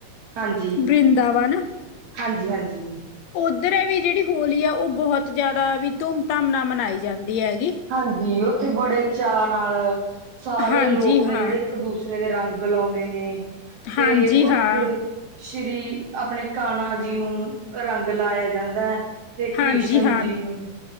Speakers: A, on the right (about 75°); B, on the left (about 75°).
A: ਹਾਂਜੀ
B: ਬਰਿੰਦਾਵਨ,
A: ਹਾਂਜੀ ਹਾਂਜੀ
B: ਉੱਧਰ ਵੀ ਜਿਹੜੀ ਹੋਲੀ ਆ ਉਹ ਬਹੁਤ ਜਿਆਦਾ ਵੀ ਧੂਮ ਧਾਮ ਨਾਲ ਮਨਾਈ ਜਾਂਦੀ ਹੈ ਗੀ।
A: ਹਾਂਜੀ, ਉੱਥੇ ਬੜੇ ਚਾਅ ਨਾਲ ਸਾਰੇ
B: ਹਾਂਜੀ
A: ਲੋਕ
B: ਹਾਂ
A: ਨੇ ਜਿਹੜੇ। ਇੱਕ ਦੂਸਰੇ ਦੇ ਰੰਗ ਲਾਉਂਦੇ ਨੇ ਤੇ
B: ਹਾਂਜੀ,
A: ਉੱਥੇ,
B: ਹਾਂ।
A: ਸ਼੍ਰੀ ਆਪਣੇ ਕਾਹਨਾਂ ਜੀ ਨੂੰ ਰੰਗ ਲਾਇਆ ਜਾਂਦਾ ਹੈ। ਤੇ ਕ੍ਰਿਸ਼ਨ
B: ਹਾਂਜੀ ਹਾਂ,
A: ਜੀ ਨੂੰ